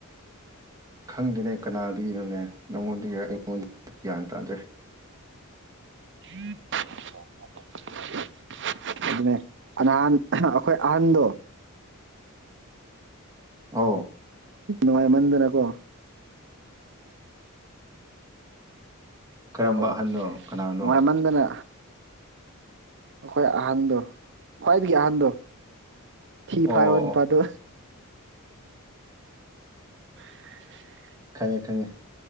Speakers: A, on the right; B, on the right.
A: ꯈꯪꯗꯦꯅꯦ ꯀꯅꯥꯗꯒꯤꯔꯥꯅꯦ ꯅꯪꯉꯣꯟꯗꯒꯤꯔ ꯑꯩꯉꯣꯟꯗꯒꯤꯔ ꯒ꯭ꯌꯥꯟ ꯇꯥꯗ꯭ꯔꯦ
B: <unintelligible> ꯑꯗꯨꯅꯦ ꯑꯥ ꯅꯍꯥꯟ ꯑꯈꯣꯏ ꯑꯍꯟꯗꯣ
A: ꯑꯧ
B: ꯅꯨꯡꯉꯥꯏ ꯃꯟꯗꯅꯀꯣ
A: ꯀꯔꯝꯕ
B: ꯑ‌ꯣꯛ
A: ꯑꯍꯟꯅꯣ ꯀꯅꯥꯅꯣ
B: ꯅꯨꯡꯉꯥꯏꯃꯟꯗꯅ ꯑꯈꯣꯏ ꯑꯍꯥꯟꯗꯣ ꯈ꯭ꯋꯥꯏꯗꯒꯤ ꯑꯍꯥꯟꯗꯣ ꯊꯤ
A: ꯑꯣ
B: ꯐꯥꯏꯕ
A: ꯑꯣ
B: ꯅꯨꯄꯥꯗꯣ
A: ꯑꯣ
B: <inaudible>
A: ꯈꯪꯉꯦ ꯈꯪꯉꯦ